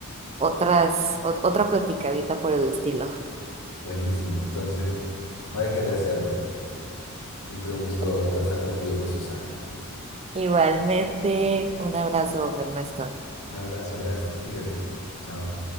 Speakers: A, on the right; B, on the left.
A: otras, ot- otra platicadita por el estilo.
B: Buenísimo, entonces no dejes de hacerlo. Siempre un gusto
A: <laughs>
B: conversar contigo, pues Susana.
A: Igualmente, un abrazo, Ernesto.
B: Un abrazo, gracias, cuídate. Chao.